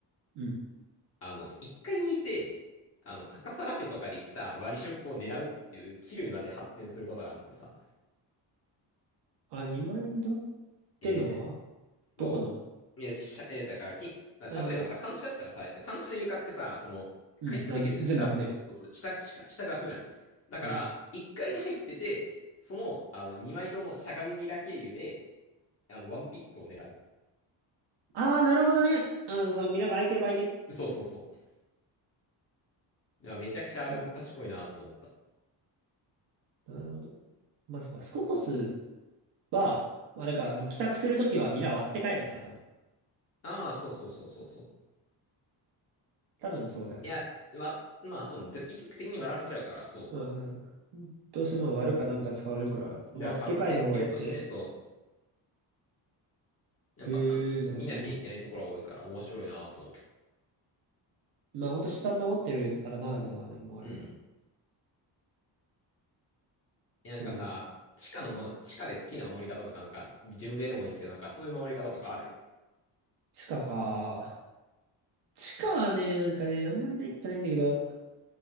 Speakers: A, on the right (about 65°); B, on the left (about 35°).
A: うん。
B: あの、一階にいて、あの、逆さラペとかで来た割り色を狙うっていう、キルまで発展することがあってさ、
A: あ、二マインドってのは
B: えー
A: どこの
B: そう。え、しゃ、え、だから、き、例えばさ、
A: あの、
B: 監視だったらさ、監視の床ってさ、その、
A: うん。
B: 開通できるじゃん、
A: あ、全幕ね。
B: 下。そうそうそう、下、下、下が開くじゃん。だから、
A: うん。
B: 1階に入ってて、その、あの、2枚堂のしゃがみミラ経由で、あの、ワンピックを狙う。
A: ああ、なるほどね。あの、そのミラーが空いてる場合ね。
B: そうそうそう。だからめちゃくちゃあれも賢いなと思った。
A: そうか。なるほど。まあそうか。スコポスは、あれか、あの、帰宅するときはミラー割って帰るんだな、多分。
B: ああ、そうそうそうそうそう。
A: 多分そうだね。
B: いや、わ、まあそうね、で結局的に割られちゃうから、そ
A: まあ、うんどうしても割るかなんか使われるから、
B: う。
A: 割って帰る方が良くて。
B: だから発展系としてね、そう。やっぱか、
A: へえ、
B: そう、
A: またその、
B: 見なきゃいけないところは多いから面白いなと思った。
A: まあほんと資産守ってるからならではね、もうあるな。
B: うん。なんかさ、
A: そうね。
B: 地下のも、地下で好きな守り方とか、なんか、順上でもいいけど、
A: あ
B: なんかそういう守り方とかある。
A: 地下か。地下はね、なんかね、あんまりないっちゃないんだけど、